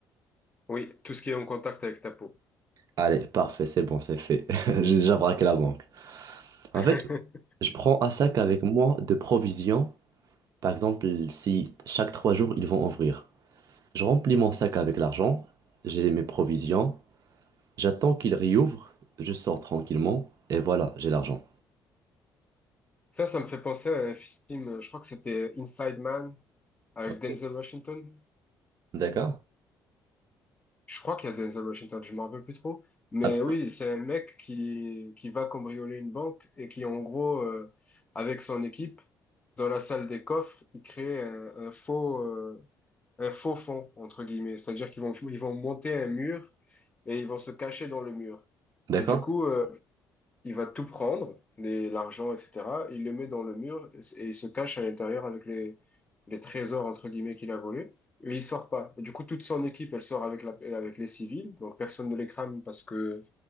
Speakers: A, on the left (about 15°); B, on the right (about 50°).
A: Oui, tout ce qui est en contact avec ta peau.
B: Allez, parfait, c'est bon, c'est fait. <laughs> J'ai déjà braqué la banque. En
A: <laughs>
B: fait, je prends un sac avec moi de provisions. Par exemple, si chaque trois jours ils vont ouvrir. Je remplis mon sac avec l'argent, j'ai mes provisions, j'attends qu'il réouvre, je sors tranquillement et voilà, j'ai l'argent.
A: Ça, ça me fait penser à un film, je crois que c'était Inside Man avec
B: Ok.
A: Denzel Washington.
B: D'accord?
A: Je crois qu'il y a Denzel Washington, je m'en rappelle plus trop. Mais
B: Ah,
A: oui, c'est un mec qui, qui va cambrioler une banque et qui, en gros, euh, avec son équipe, dans la salle des coffres, il crée un, un faux, euh, un faux fond, entre guillemets. C'est-à-dire qu'ils vont, ils vont monter un mur et ils vont se cacher dans le mur.
B: d'accord?
A: Et du coup, euh, il va tout prendre, les- l'argent, etc. Il le met dans le mur et il se cache à l'intérieur avec les, les trésors, entre guillemets, qu'il a volés. Et il sort pas. Et du coup, toute son équipe, elle sort avec la, avec les civils. Donc, personne ne les crame parce que